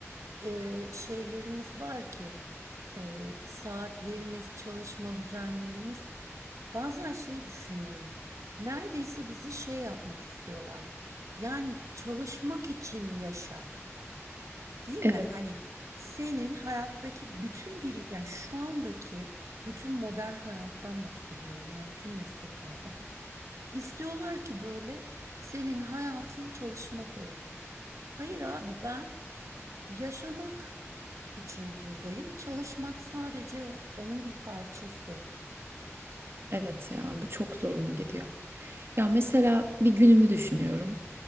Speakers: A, on the right; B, on the right.
A: e, şeylerimiz var ki e, saatlerimiz, çalışma düzenlerimiz. Bazen şey düşünüyorum. Neredeyse bizi şey yapmak istiyorlar. Yani çalışmak için yaşa, değil mi?
B: Evet,
A: Hani senin hayattaki bütün bir, yani şu andaki bütün modern hayattan bahsediyorum. Yani tüm mesleklerden. İstiyorlar ki böyle senin hayatın çalışmak olsun. Hayır abi ben Yaşamak için buradayım. Çalışmak sadece o- onun bir parçası.
B: evet ya bu çok zoruma gidiyor. Ya mesela bir günümü düşünüyorum.